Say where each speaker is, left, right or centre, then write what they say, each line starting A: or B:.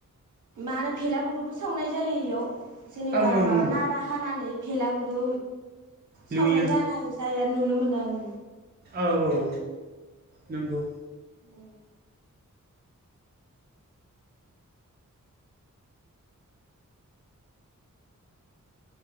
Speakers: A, on the right; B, on the right.
A: मा होनो फेला गुरुबो सावनाय जायो इयाव जेनेबा
B: ओं ओं
A: माबा नारा हानानै। भेला गुरु
B: लुयो
A: सावनाय ज ना जाय नुनो मोनो आं।
B: औ औ नंगौ।
A: उ <inaudible>